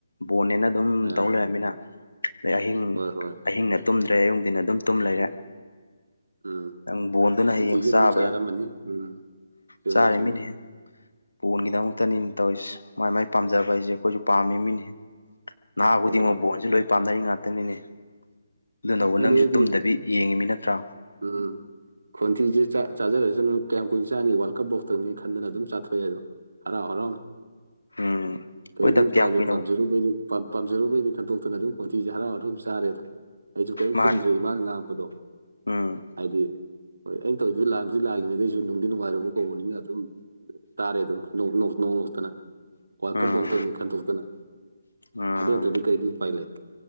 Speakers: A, on the left (about 80°); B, on the right (about 70°).
A: ꯕꯣꯟꯅꯦꯅ ꯑꯗꯨꯝ
B: ꯑ
A: ꯇꯧ ꯂꯩꯔꯃꯤꯅ ꯑꯗꯩ ꯑꯍꯤꯡ
B: ꯍꯣꯏ ꯍꯣꯏ
A: ꯑꯍꯤꯡꯅ ꯇꯨꯝꯗ꯭ꯔꯦ ꯑꯌꯨꯛꯗꯤꯟꯅ ꯑꯗꯨꯝ ꯇꯨꯝ ꯂꯩꯔꯦ
B: ꯎꯝ
A: ꯅꯪ ꯕꯣꯟꯗꯨꯅ
B: ꯈꯣꯟꯊꯤꯁꯨ
A: ꯍꯌꯦꯡ ꯆꯥꯕ
B: ꯑꯗꯨꯝ ꯆꯥꯔꯝꯃꯅꯤ ꯎꯝ ꯆꯨꯝꯃꯤ
A: ꯆꯥꯔ
B: ꯆꯨꯝꯃꯤ
A: ꯃꯤꯅꯦ ꯄꯣꯟꯒꯤꯗꯃꯛꯇꯅꯤ ꯇꯧꯔꯤꯁꯦ ꯃꯥꯏ ꯃꯥꯏ ꯄꯥꯝꯖꯕ ꯍꯥꯏꯁꯦ ꯑꯩꯈꯣꯏꯁꯨ ꯄꯥꯝꯃꯤ ꯃꯤꯅꯤ꯫ ꯅꯍꯥ ꯈꯨꯗꯤꯡꯃꯛ
B: ꯍꯣꯏ ꯍꯣꯏ
A: ꯕꯣꯟꯁꯨ ꯂꯣꯏ ꯄꯥꯝꯅꯔꯤ ꯉꯥꯛꯇꯅꯤꯅꯦ ꯑꯗꯨꯅꯕꯨ ꯅꯪꯁꯨ
B: ꯑꯗꯨ ꯑꯣꯏꯗꯤ
A: ꯇꯨꯝꯗꯕꯤ ꯌꯦꯡꯉꯤꯃꯤ ꯅꯠꯇ꯭ꯔꯥ
B: ꯎꯝ ꯈꯣꯟꯊꯤꯁꯦ ꯆꯥꯖꯔꯁꯨꯅꯨ ꯀꯌꯥꯝ ꯀꯨꯏ ꯆꯥꯅꯤ ꯋꯥꯔꯜ ꯀꯞ ꯕꯣꯛꯇꯅꯤ ꯈꯟꯗꯅ ꯑꯗꯨꯝ ꯆꯥꯊꯣꯛꯏꯗꯣ ꯍꯔꯥꯎ ꯍꯔꯥꯎ
A: ꯎꯝ
B: ꯀꯩꯗꯤ
A: ꯍꯣꯏꯗ
B: ꯎꯄꯥꯏ
A: ꯀꯌꯥꯝ
B: ꯂꯩ
A: ꯀꯨꯏꯅꯕꯨ
B: ꯄꯥꯕꯖꯔꯨꯕꯩꯗꯤ ꯄꯥꯝꯖꯔꯨꯕꯩꯅꯤ ꯈꯟꯗꯣꯛꯇꯅ ꯑꯗꯨꯝ ꯀꯣꯟꯇꯤꯁꯦ ꯍꯔꯥꯎ ꯍꯔ ꯑꯗꯨꯝ ꯆꯥꯔꯦ ꯑꯗꯣ ꯑꯩꯁꯨ ꯀꯔꯤꯝ
A: ꯃꯥꯅꯤ
B: ꯈꯨꯝꯗ꯭ꯔꯦ ꯏꯃꯥꯅ ꯉꯥꯡꯉꯄꯗꯣ
A: ꯎꯝ
B: ꯍꯥꯏꯗꯤ ꯍꯣꯏ ꯑꯩꯅ ꯇꯧꯋꯔꯤꯗ ꯂꯥꯟꯑꯗꯤ ꯂꯥꯜꯂꯤꯉꯩꯗꯩꯁꯨ ꯅꯨꯡꯗꯤ ꯅꯨꯡꯉꯥꯏꯔꯕ ꯀꯧꯕꯅꯤꯅ ꯑꯗꯨꯝ ꯇꯥꯔꯦ ꯑꯗꯨꯝ ꯅꯣꯡ ꯅꯣꯛꯇꯅ ꯋꯥ
A: ꯎꯝ
B: ꯀꯐꯧꯇꯅꯤ ꯈꯟꯗꯣꯛꯇꯅ
A: ꯎꯝ
B: ꯑꯗꯨ ꯅꯠꯇ꯭ꯔꯗꯤ ꯀꯩꯗꯤ ꯎꯄꯥꯏ ꯂꯩ